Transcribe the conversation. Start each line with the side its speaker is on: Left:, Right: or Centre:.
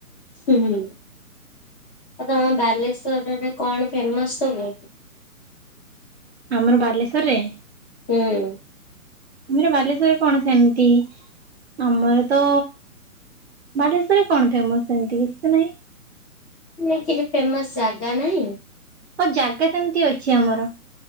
Left: ହୁଁ। ଆଉ ତମ ବାଲେଶ୍ଵରରେ ଏବେ କଣ ଫେମସ ସବୁ?
Right: ଆମର ବାଲେଶ୍ଵରରେ?
Left: ହୁଁ।
Right: ଆମର ବାଲେଶ୍ଵରରେ କଣ ସେମତି ଆମର ତ ବାଲେଶ୍ଵରରେ କଣ ଫେମସ୍ ସେମିତି କିଛି ତ ନାହିଁ।
Left: ନାଇ କିଛି ଫେମସ ଜାଗା ନାହିଁ?
Right: ଓ ଜାଗା ସେମତି ଅଛି ଆମର।